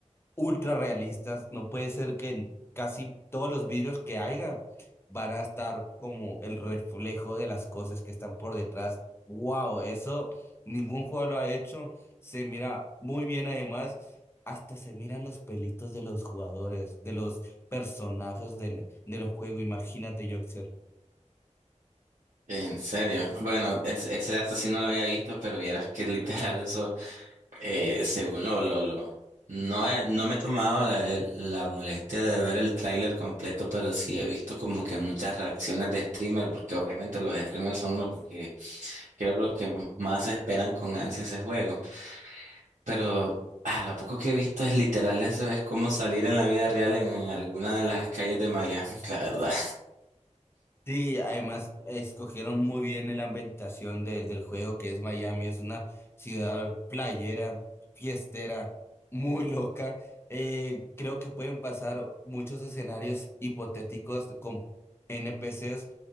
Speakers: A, on the left; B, on the right.
A: ultra realistas. No puede ser que en casi todos los vidrios que haya van a estar como el reflejo de las cosas que están por detrás. Wow, eso ningún juego lo ha hecho. Se mira muy bien además. Hasta se miran los pelitos de los jugadores, de los personajes del, del juego. Imagínate, Joxer.
B: En serio. Bueno, es- ese dato sí no lo había visto, pero vieras que <laughs> literal eso, eh, según lo, lo, lo. No, he- no me he tomado la, la molestia de ver el tráiler completo, pero sí he visto como que muchas reacciones de streamer, porque obviamente los streamers son los que creo lo que más esperan con ansia ese juego. Pero a lo poco que he visto es literal, eso es como salir en la vida real en, alguna de las calles de Miami, <laughs> la verdad.
A: Sí, además escogieron muy bien en la ambientación de- del juego que es Miami, es una ciudad playera, fiestera, <laughs> muy loca. Eh, creo que pueden pasar muchos escenarios hipotéticos con NPCs